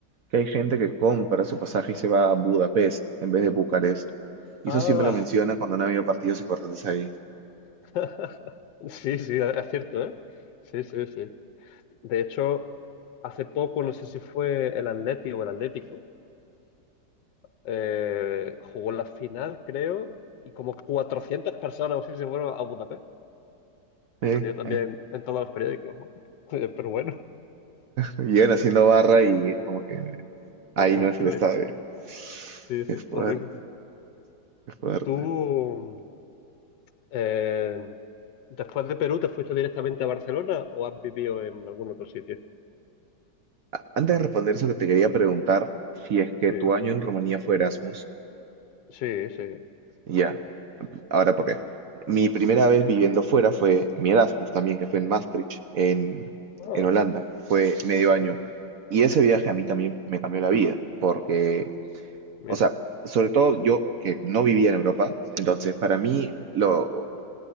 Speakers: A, on the right; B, on the left.
A: que hay gente que compra su pasaje y se va a Budapest en vez de Bucarest. Y
B: ah.
A: eso siempre lo mencionan cuando han habido partidos importantes ahí.
B: <laughs> Sí, sí, e, es cierto, ¿eh? Sí, sí, sí. De hecho, hace poco, no sé si fue el Atleti o el Atlético, eh, jugó la final, creo, y como 400 personas o así se fueron a Budapest.
A: Eh,
B: Salió también
A: eh.
B: en todos los periódicos. <laughs> Pero bueno,
A: Llegan haciendo barra y es como que ahí
B: eh, horrible.
A: no es el estadio.
B: Sí,
A: Qué
B: sí,
A: fuerte,
B: horrible.
A: qué fuerte.
B: ¿Tú, Eh, ¿después de Perú te fuiste directamente a Barcelona o has vivido en algún otro sitio?
A: Antes de responder eso, que te quería preguntar si es que
B: Sí,
A: tu año en Rumanía fue Erasmus.
B: sí, sí.
A: Ya, ahora porque mi primera vez viviendo fuera fue mi Erasmus también, que fue en Maastricht, en,
B: Ah,
A: en Holanda. Fue medio
B: ah,
A: año. Y ese viaje a
B: ah,
A: mí también me cambió la vida, porque,
B: mira,
A: o sea, sobre todo yo que no vivía en Europa, entonces para mí lo,